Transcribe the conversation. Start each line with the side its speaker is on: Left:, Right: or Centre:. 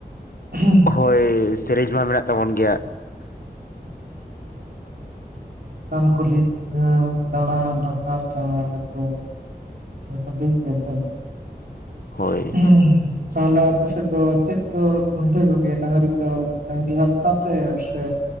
Right: <unintelligible>
Left: ᱦᱳᱭ ᱥᱮᱨᱮᱧ ᱢᱟ ᱢᱮᱱᱟᱜ ᱛᱟᱵᱚᱱ ᱜᱮᱭᱟ
Right: ᱪᱮᱛᱟᱱ ᱠᱩᱞᱦᱤ ᱫᱟᱬᱟᱱ ᱨᱟᱠᱟᱵ ᱫᱟᱬᱟ ᱨᱟᱡᱟᱵ <unintelligible> ᱴᱷᱤᱠ ᱜᱮ ᱥᱮ
Left: ᱦᱳᱭ
Right: <unintelligible> ᱛᱟᱦᱚᱞᱮ ᱟᱯᱮ ᱥᱮᱫ ᱫᱚ ᱪᱮᱫᱠᱚ ᱠᱷᱩᱱᱴᱟᱹᱣ ᱠᱚᱜᱮᱭᱟ ᱰᱟᱝᱨᱤ ᱫᱚ ᱰᱟᱹᱝᱨᱤ ᱦᱟᱨᱛᱟ ᱛᱮ ᱥᱮ